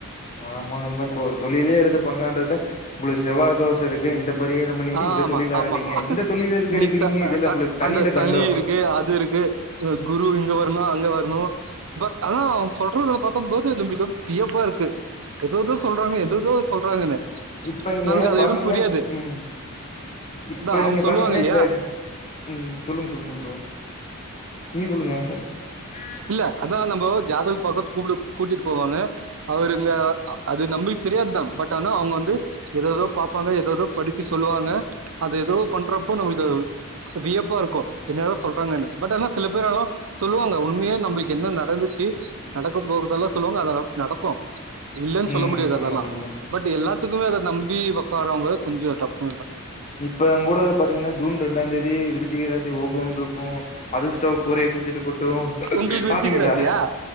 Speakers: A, on the left (about 35°); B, on the right (about 65°).
A: ஆமா நண்பா இப்ப ஒரு தொழிலே எடுத்து பண்லான் இருந்தே உங்களுக்கு செவ்வா தோஷ இருக்கு இந்த பரிகாரம் பண்ணிட்டு
B: ஆஹ
A: இந்த
B: ஆமா
A: தொழில்
B: ஆமா
A: ஆரம்பிங்க இந்த தொழில் எதுக்கு
B: இன்னைக்கு
A: எடுக்கிறீங்க இதுல உங்களுக்கு தண்ணில
B: அந்த சனி
A: கண்டோ
B: இருக்கு அது இருக்கு குரு இங்க வரணும் அங்க வர ப்றோ அதான் அவங்க சொல்ற பார்த்த <unintelligible> வியப்பா இருக்கு ஏததோ சொல்றாங்க எததோ சொல்றாங்கன்னு
A: இப்ப நீங்க
B: நமக்கு அது
A: பாத்தீங்கன்னா
B: எதுவும் புரியாது
A: ம் இப்ப
B: அதான் அவங்க
A: நீங்க பாத்தீங்கன்னா
B: சொல்லுவாங்க இல்லையா?
A: இப்ப உம் சொல்லுங்க சொல்லுங்க ப்ரோ நீங்க சொல்லுங்க <unintelligible>
B: இல்ல அத நம்ப ஜாதக பாக்க கூட்டிட்டு போவாங்க அவருங்க அது நம்மளுக்கு தெரியாதுதான் பட் ஆனா அவங்க வந்து ஏததோ பாார்ப்பாங்க ஏததோ படிச்சு சொல்லுவாங்க அது ஏதோ பண்றப்போ நம்மளுக்கு வியப்பா இருக்கும் என்னதான் சொல்றாங்குனு பட் ஆனா சில பேர்ல்லாம் சொல்லுவாங்கன்ன உண்ம்மைய நம்மளுக்கு என்ன நடந்துச்சு நடக்க போறதெல்லாம் சொல்லுவாங்க அத நமக்கு நடக்கும் இல்லலைன்னு சொல்ல
A: ம்
B: முடியாது
A: ஆமா
B: அதெல்லாம்
A: நண்பா
B: பட் எல்லா எல்லாதுக்குமே அதை நம்பி உக்காறவங்க கொஞ்சம் தப்பு தான்
A: இப்ப கூட பாத்தீங்கன்னா ஜூன் ரெண்டாம் தேதி விருச்சிகீக ராசி ஓகோன்னு இருக்கும் அகஸ்டஸ் கூறய பிச்சுட்டு கொட்டும்
B: உங்களுக்கு விரிச்சிக்க
A: பாத்தீங்களா.
B: ராசியா